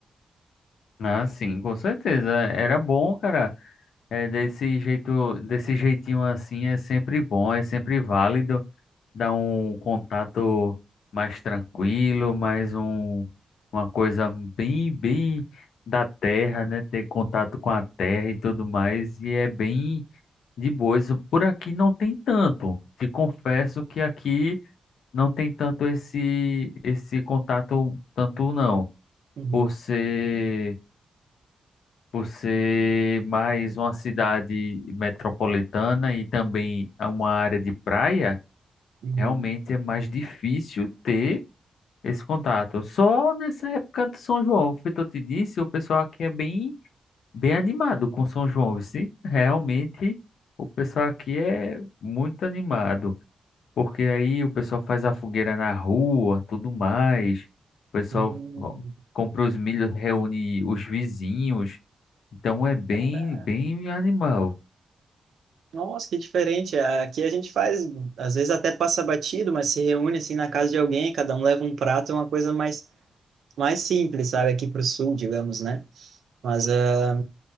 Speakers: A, on the left (about 80°); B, on the right (about 80°).
A: Ah, sim, com certeza. Era bom, cara. É desse jeito, desse jeitinho assim é sempre bom, é sempre válido, dá um contato mais tranquilo, mais um, uma coisa bem, bem da terra, né? Ter contato com a terra e tudo mais, e é bem de boa. Isso por aqui não tem tanto. Te confesso que aqui não tem tanto esse, esse contato, tanto não,
B: Uhum,
A: por ser por ser mais uma cidade metropolitana e também é uma área de praia,
B: uhum.
A: realmente é mais difícil ter esse contato. Só nessa época de São João, foi o que eu te disse, o pessoal aqui é bem, bem animado com São João, sim. Realmente o pessoal aqui é muito animado, porque aí o pessoal faz a fogueira na rua, tudo mais. O pessoal
B: Hum,
A: ó, compra os milhos, reúne os vizinhos. Então é bem,
B: cara,
A: bem animal.
B: Nossa, que diferente. Aqui a gente faz, às vezes até passa batido, mas se reúne assim na casa de alguém, cada um leva um prato, é uma coisa mais, mais simples, sabe? Aqui pro sul, digamos, né? Mas ah,